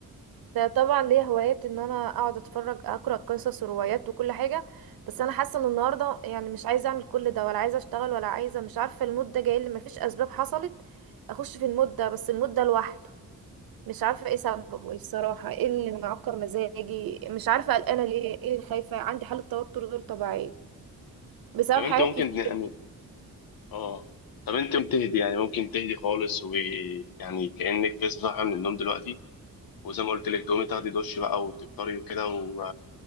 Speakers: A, on the right (about 80°); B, on the left (about 80°).
A: ده طبعا ليا هوايات ان انا اقعد اتفرج اقرا قصص وروايات وكل حاجه بس انا حاسه ان النهارده يعني مش عايزه اعمل كل ده ولا عايزه اشتغل ولا عايزه مش عارفه المود ده جاي لي مفيش اسباب حصلت اخش في المود ده بس المود ده لوحده مش عارفه ايه سببه ايه الصراحه ايه اللي معكر مزاجي مش عارفه قلقانه ليه ايه اللي خايفه عندي حاله توتر غير طبيعيه بسبب
B: طب انت
A: حاجات
B: ممكن
A: كتير
B: يعني اه طب انت ممكن تهدي يعني ممكن تهدي خالص ويعني كأنك لسه صاحية من النوم دلوقتي وزي ما قلت لك تقومي تاخدي دش بقى وتفطري وكده و...